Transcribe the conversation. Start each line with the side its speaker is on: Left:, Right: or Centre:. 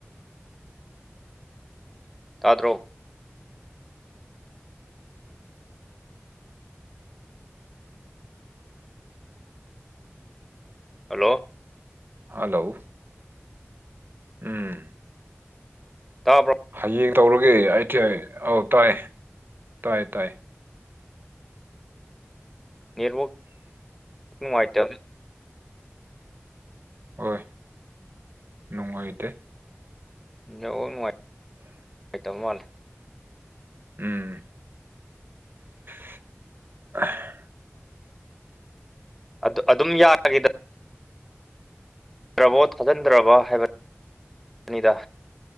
Centre: ꯇꯥꯗ꯭ꯔꯣ ꯍꯜꯂꯣ
Right: ꯍꯜꯂꯣ ꯎꯝ
Centre: ꯇꯥꯕꯔꯣ
Right: ꯍꯌꯦꯡ ꯇꯧꯔꯒꯦ ꯑꯩꯇꯤ ꯑꯩ ꯑꯧ ꯇꯥꯏ ꯇꯥꯏ ꯇꯥꯏ
Centre: ꯅꯦꯠꯋꯥꯔꯛ ꯅꯨꯡꯉꯥꯏꯇꯝꯅꯤ
Right: ꯍꯣꯏ ꯅꯨꯡꯉꯥꯏꯇꯦ
Centre: ꯅꯨꯡꯉꯥꯏ ꯅꯨꯡꯉꯥꯏꯇꯕ ꯃꯥꯜꯂꯦ
Right: ꯎꯝ <unintelligible>
Centre: ꯑꯗꯨ ꯑꯗꯨꯝ ꯌꯥꯔꯒꯤꯗ ꯗ꯭ꯔꯕꯣ ꯊꯥꯖꯤꯟꯗ꯭ꯔꯕ ꯍꯥꯏꯕ ꯑꯅꯤꯗ